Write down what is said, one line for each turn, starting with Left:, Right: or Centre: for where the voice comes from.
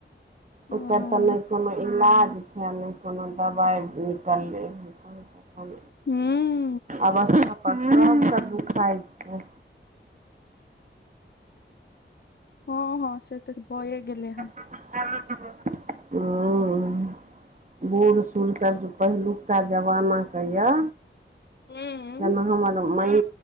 Left: ओ
Right: ओकर तऽ नय कोनो इलाज छै छै आ नय कोनो दबाइ निकलले हँ
Left: हुँ
Right: अवस्था पर सब कऽ दुखाई छै
Left: हँ - हँ से तऽ भए गेलै हँ
Right: हुँ - हुँ बूढ़ सूढ़ सब सँ पहिलु का जमाना केँ यऽ
Left: हूँ,
Right: जेना हमर माई